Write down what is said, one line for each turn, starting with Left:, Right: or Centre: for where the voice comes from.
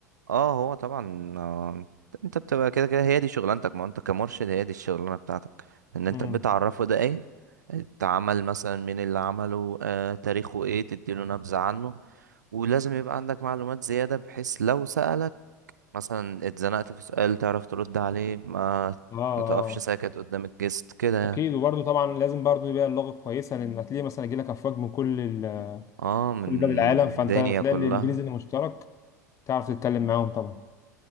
Right: اه هو طبعا آه، انت بتبقى كده كده هي دي شغلانتك ما انت كمرشد هي دي الشغلانه بتاعتك ان انت
Left: امم
Right: بتعرفه ده ايه اتعمل مثلا مين اللي عمله آه تاريخه ايه تديله نبذه عنه ولازم يبقى عندك معلومات زياده بحيث لو سألك مثلا اتزنقت في سؤال تعرف ترد عليه ما
Left: اه
Right: متقفش
Left: اه
Right: ساكت قدام الجست كده يعني.
Left: اكيد وبرده طبعا لازم برضه يبقى اللغه كويسه لان هتلاقي مثلا يجي لك افواج من كل
Right: اه من
Left: كل بلاد العالم فانت
Right: الدنيا
Left: تلاقي
Right: كلها
Left: الانجليزي اللي مشترك تعرف تتكلم معاهم طبعا